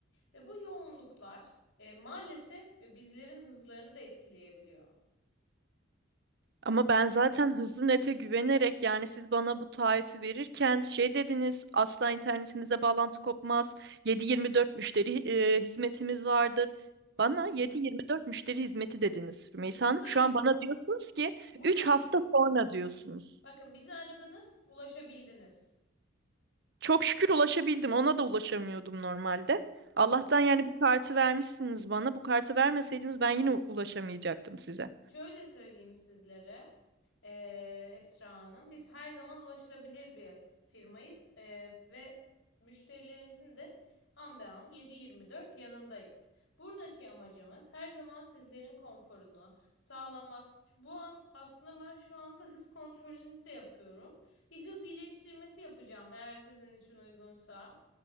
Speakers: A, on the left; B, on the right.
A: Ve bu yoğunluklar e, maalesef e, bizlerin hızlarını da etkileyebiliyor.
B: Ama ben zaten hızlı nete güvenerek yani siz bana bu taahhütü verirken şey dediniz asla internetinize bağlantı kopmaz. 7-24 müşteri e, hizmetimiz vardır.
A: Hı
B: Bana
A: hı.
B: 7-24 müşteri hizmeti dediniz Rümeysa
A: E, buradayız.
B: Hanım. Şu an bana diyorsunuz ki
A: Buradayız.
B: 3 hafta sonra diyorsunuz.
A: Bakın bizi aradınız, ulaşabildiniz.
B: Çok şükür ulaşabildim. Ona da ulaşamıyordum normalde. Allah'tan
A: Oldu.
B: yani bu kartı vermişsiniz bana. Bu kartı vermeseydiniz ben yine u- ulaşamayacaktım size.
A: Şöyle söyleyeyim sizlere eee, Esra Hanım, biz her zaman ulaşılabilir bir firmayız eee, ve müşterilerimizin de an be an 7-24 yanındayız. Buradaki amacımız her zaman sizlerin konforunu sağlamak. Şu- Bu an aslında ben şu anda hız kontrolünüzü de yapıyorum. Bir hız iyileştirmesi yapacağım eğer sizin için uygunsa.